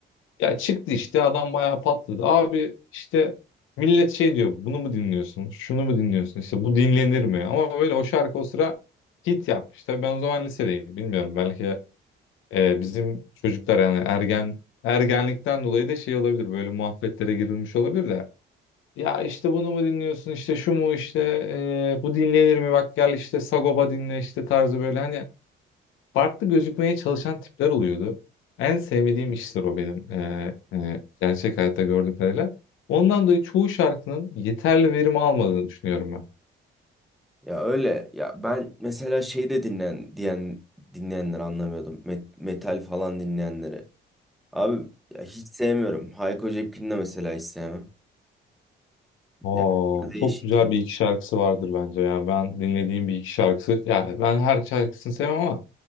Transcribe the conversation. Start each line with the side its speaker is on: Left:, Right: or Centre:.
Left: Ya çıktı işte adam bayağı patladı. Abi işte millet şey diyor bunu mu dinliyorsun? Şunu mu dinliyorsun? işte bu dinlenir mi? Ama böyle o şarkı o sıra hit yapmış. Tabii ben o zaman lisedeyim bilmiyorum. Belki e, bizim çocuklar yani ergen ergenlikten dolayı da şey olabilir. Böyle muhabbetlere girilmiş olabilir de. Ya işte bunu mu dinliyorsun? işte şu mu işte e, bu dinlenir mi? Bak gel işte Sagopa dinle işte tarzı böyle hani farklı gözükmeye çalışan tipler oluyordu. En sevmediğim işler o benim e, e, gerçek hayatta gördüğüm kadarıyla. Ondan dolayı çoğu şarkının yeterli verim almadığını düşünüyorum ben.
Centre: Ya öyle ya ben mesela şey de dinlen diyen dinleyenleri anlamıyordum. Met- metal falan dinleyenleri. Abi ya hiç sevmiyorum. Hayko Cepkin'i de mesela hiç sevmem.
Left: Oo,
Centre: Yani bu değişik.
Left: çok güzel
Centre: şey.
Left: bir iki şarkısı vardır bence ya. Ben dinlediğim bir iki şarkısı, yani ben her şarkısını sevmem ama